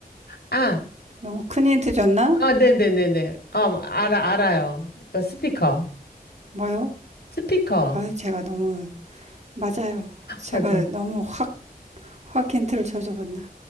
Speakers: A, on the left; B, on the right.
A: 아,
B: 너무 큰 힌트 줬나?
A: 아, 네네네네. 어, 알아, 알아요. 이거 스피커.
B: 뭐요?
A: 스피커.
B: 아, 제가 너무 맞아요. 제가
A: 맞아.
B: 너무 확, 확 힌트를 줘줘봤나?